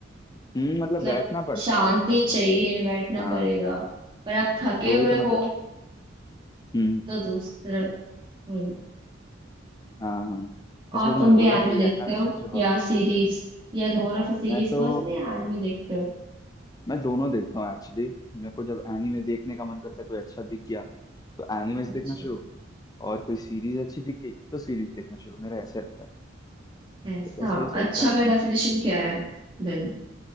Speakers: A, on the left (about 20°); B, on the right (about 25°).
A: हम्म
B: मतलब
A: मतलब बैठना पड़ता
B: शांति
A: है अच्छा
B: चाहिए बैठना
A: हाँ
B: पड़ेगा पर आप थके
A: तो
B: हुए
A: वही तो
B: हो
A: मैं कह रहा हूँ हम्म
B: तो दूसरा वही।
A: हाँ हाँ इसलिए
B: और
A: तो
B: तुम
A: मैंने बोला
B: भी एनिमे
A: कि
B: देखते
A: ये है ना अच्छे
B: हो
A: अच्छे हॉबीज
B: या सीरीज यार मोर ऑफ सीरीज
A: मैं तो
B: पर्सन या एनिमे देखते हो
A: मैं दोनों देखता हूँ एक्चुअली मेरे को जब एनिमे देखने का मन करता है कोई अच्छा दिख गया तो एनिमेज
B: अच्छा
A: देखना शुरू और कोई सीरीज अच्छी दिख गई तो सीरीज देखना शुरू मेरा ऐसे रहता है
B: ऐसा
A: तो बस वही चलता
B: अच्छा
A: रहता
B: का
A: है मेरा
B: डेफिनेशन क्या है देन